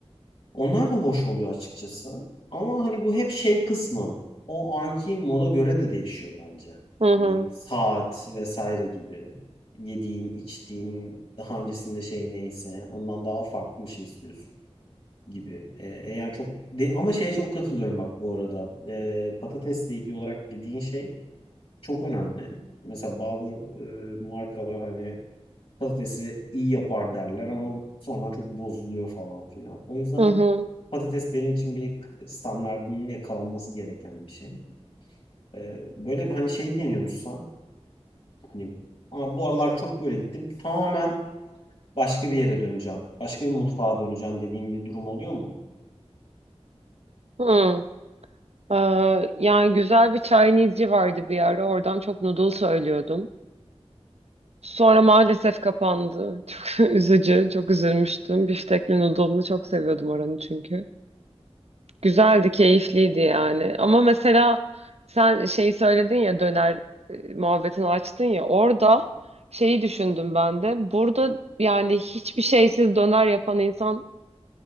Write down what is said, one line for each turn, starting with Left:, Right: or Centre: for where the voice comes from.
Left: Onlar da hoş oluyor açıkçası. Ama hani bu hep şey kısmı. O anki moda göre de değişiyor bence.
Right: Hı hı.
Left: Hani saat vesaire gibi. Yediğin, içtiğin, daha öncesinde şey neyse ondan daha farklı bir şey istiyorsun gibi. Ee, eğer çok de, ama şeye çok katılıyorum bak bu arada. Ee, patatesle ilgili olarak dediğin şey çok önemli. Mesela bazı e, markalar hani Patatesi iyi yapar derler ama sonradan çok bozuluyor falan filan. O yüzden
Right: Hı
Left: hep
Right: hı.
Left: patates benim için bir standardının yakalanması gereken bir şey. Ee, böyle hani şey deniyormuşsan hani "Aa, bu aralar çok böyle gittim. Tamamen başka bir yere döneceğim. Başka bir mutfağa döneceğim dediğim bir durum oluyor mu?
Right: Hı. Ee, yani güzel bir Chinese'ci vardı bir ara. Oradan çok noodle söylüyordum. Sonra maalesef kapandı. Çok <laughs> üzücü, çok üzülmüştüm. Biftekli noodle'ını çok seviyordum oranı çünkü. Güzeldi, keyifliydi yani. Ama mesela sen şeyi söyledin ya döner e, muhabbetini açtın ya orada şeyi düşündüm ben de. Burada yani hiçbir şeysiz döner yapan insan